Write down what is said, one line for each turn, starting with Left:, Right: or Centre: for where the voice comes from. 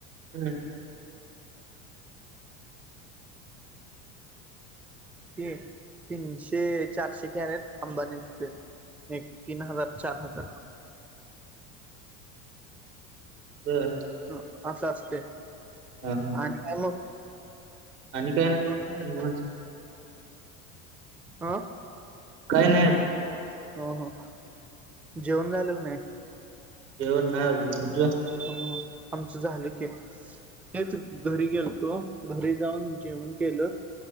Right: हम्म
Centre: ते तीनशे, चारशे कॅरेट अंबा नीघतोय. एक तीन हजार, चार हजार
Right: <unintelligible>
Centre: ह अस असतय.
Right: हा हा
Centre: आणि काय मग.
Right: आणि काय नाही
Centre: जेवण झालं
Right: निवांत.
Centre: अ
Right: काही नाही आता.
Centre: हो हो, जेवण झाल का नाही?
Right: येवण नाही अजून. तुमच
Centre: ह आमच झाल की. तेच घरी गेलतो. घरी जाऊन जेवण केल.